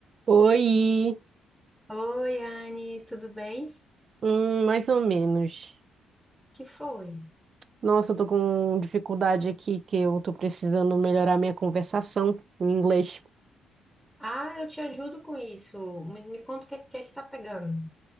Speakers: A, on the right; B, in the centre.
A: Oi,
B: Oi, Anne, tudo bem?
A: hum, mais ou menos.
B: Que foi?
A: Nossa, eu tô com dificuldade aqui que eu tô precisando melhorar minha conversação em inglês.
B: Ah, eu te ajudo com isso. Me, me conta o que, é que é que tá pegando.